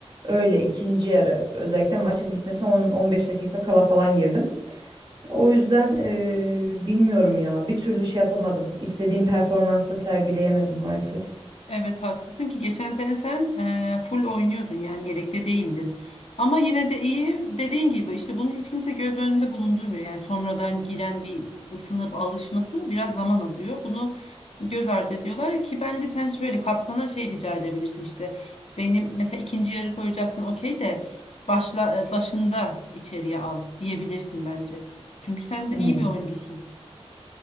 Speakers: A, on the right (about 45°); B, on the left (about 70°).
A: Öyle ikinci yarı özellikle maçın bitmesine 10-15 dakika kala falan girdim. O yüzden eee, bilmiyorum ya. Bir türlü şey yapamadım. İstediğim performansla sergileyemedim maalesef.
B: Evet haklısın ki geçen sene sen eee, full oynuyordun yani yedekte değildin. Ama yine de iyi dediğin gibi işte bunu hiç kimse göz önünde bulundurmuyor. Yani sonradan giren bir ısınıp alışması biraz zaman alıyor. Bunu göz ardı ediyorlar ki bence sen şöyle kaptana şey rica edebilirsin işte. Benim mesela ikinci yarı koyacaksın okey de başla e, başında içeriye al diyebilirsin bence. Çünkü sen
A: Hmm.
B: de iyi bir oyuncusun.